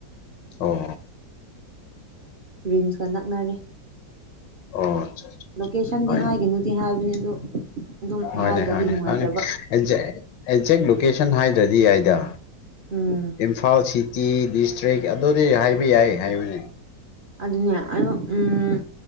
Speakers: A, on the left; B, on the right.
A: ꯑꯣ
B: ꯔꯤꯝꯁꯀ ꯅꯛꯅꯔꯦ
A: ꯑꯣ
B: ꯂꯣꯀꯦꯁꯟꯗꯤ
A: ꯍꯣꯏꯅꯦ
B: ꯍꯥꯏꯒꯅꯨꯗꯤ ꯍꯥꯏꯕꯅꯦ ꯑꯗꯨ ꯑꯗꯨꯝ
A: ꯍꯣꯏꯅꯦ
B: ꯍꯥꯏꯗꯗꯤ
A: ꯍꯣꯏꯅꯦ
B: ꯅꯨꯡꯉꯥꯏꯇ꯭ꯔꯕ
A: ꯑꯦꯛꯖꯦꯛ ꯑꯦꯛꯖꯦꯛ ꯂꯣꯀꯦꯁꯟ ꯍꯥꯏꯗ꯭ꯔꯗꯤ ꯌꯥꯏꯗ
B: ꯎꯝ
A: ꯏꯝꯐꯥꯜ ꯁꯤꯇꯤ ꯗꯤꯁꯇ꯭ꯔꯤꯛ ꯑꯗꯨꯅꯦ ꯍꯥꯏꯕ ꯌꯥꯏ ꯍꯥꯏꯕꯅꯤ
B: ꯑꯗꯨꯅꯦ ꯑꯗꯣ ꯎꯝ